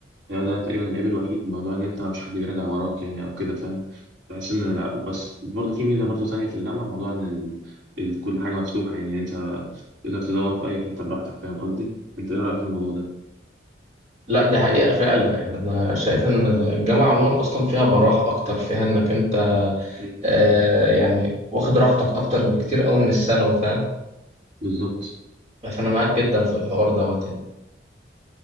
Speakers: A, on the right; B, on the right.
A: يعني ده تقريبا العيب الوحيد موضوع ان انت مش حد بيراجع وراك يعني او كده فاهم بحس ان لا، بس برضه في ميزه برضه ثانيه في الجامعه موضوع ان ال... ال... كل حاجه مفتوحه يعني انت تقدر تدور في اي حته براحتك فاهم قصدي انت ايه رايك في الموضوع ده
B: لا دي حقيقة فعلا يعني أنا شايف إن الجامعة عموما أصلا فيها براح أكتر فيها إنك أنت
A: مم.
B: آه يعني واخد راحتك أكتر بكتير أوي من الثانوي فاهم
A: بالظبط
B: فأنا معاك جدا في الحوار دوت يعني.